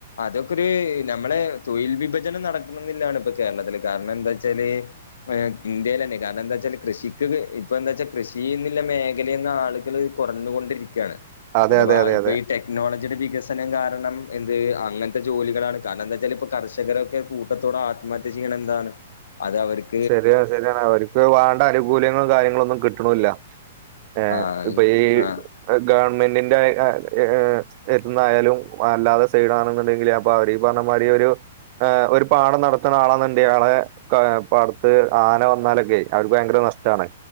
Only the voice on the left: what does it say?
അതൊക്കെരു നമ്മളെ തൊഴിൽ വിഭജനം നടക്കണന്ന് തന്നെയാണ് ഇപ്പൊ കേരളത്തില് കാരണം എന്താ വച്ചാല് ഇന്ത്യയില് തന്നെ കാരണം എന്താ വച്ചാ കൃഷിക്ക് ഇപ്പ എന്താ വെച്ചാൽ കൃഷിന്നുള്ള മേഖല എന്ന ആളുകള് കുറഞ്ഞൊണ്ടിരിക്കയാണ്
അഥവാ
ഇപ്പൊ
ഈ ടെ ടെക്നോളജിയുടെ വികസനം കാരണം എന്ത് അങ്ങനത്തെ ജോലികളാണ് കാരണം എന്താ വെച്ചാൽ ഇപ്പ കർഷകരൊക്കെ കൂ കൂട്ടത്തോടെ ആത്മഹത്യ ചെയ്യണ എന്താണ് അത് അവർക്ക്
ആഹ്
ആഹ്